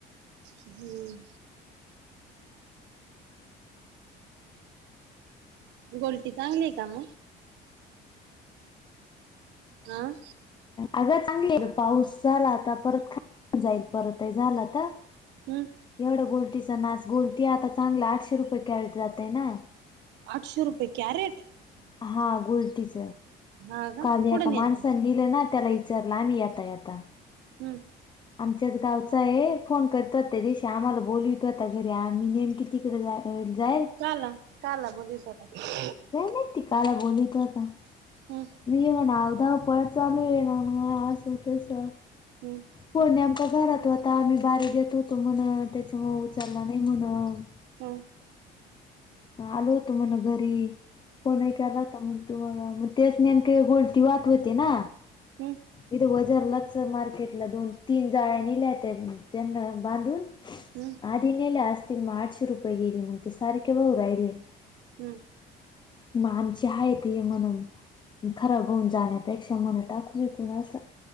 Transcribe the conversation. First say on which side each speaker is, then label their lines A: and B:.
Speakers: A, on the right; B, on the left.
A: हम्म गोलटी चांगली आहे का म आ
B: आग चांगली पाऊस झाला आता परत खा जाईल परतही झाला त
A: हम्म
B: एवढं गोलटीचा नाच गोलटी आता चांगलं आठशे रुपये कॅरेट जात य ना
A: आठशे रुपये कॅरेट.
B: हा गोलटीच
A: हा का
B: काल हया
A: कुठं
B: आता
A: नेत्या
B: माणसानी दिल ना त्याला इचारलं आम्ही येता येता.
A: हम्म..
B: आमच्याच गावचा ये फोन करतात त्या दिवशी आम्हाला बोलवी होता घरी आ मी नेमकी तिकडं जाएल.
A: काआला काआला बोलवीत होता.
B: काय माहिती काआला बोलवत होता.
A: हम्म
B: मी ये ना अधा पळत चालू आहे ना म असं तस.
A: ह <inaudible>
B: होणी आमका घरात होता आम्ही बारी देत होतो म्हण त्याच्यामु उचलला नाही म्हण.
A: हा
B: आलो होतो मणा घरी फोन केलाता मग तू मग तेच नेम का गोलती वा. ते ना.
A: हम्म हम्म
B: इथे वजारलाच मार्केटला दोन तीन जाळ्या निल्यात त्यांना बांधून.
A: हं <inaudible>
B: अद दिनेल असतती मग आठशे रुपयेईली मग ते सारीखे बघ राहिली.
A: हम्म
B: मग आमचे आहेत हे मण खराब होऊन जाण्यापेक्षा मन टाकू शिकण असं.